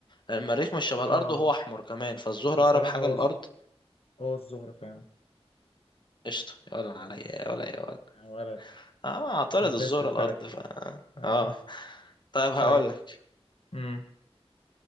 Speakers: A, on the left; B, on the left.
A: لأن المريخ مش شبه الأرض
B: اه
A: وهو أحمر كمان فالزهرة
B: بصراحه
A: أقرب حاجة
B: هو
A: للأرض
B: الز- هو الزهره فعلا
A: فقشطة يا ولا عليا يا ولا يا ولا
B: يا ولد
A: اه اعترض
B: ممتاز
A: الزهرة
B: في الفلك
A: الأرض ف
B: اه
A: اه طيب هقولك
B: طيب امم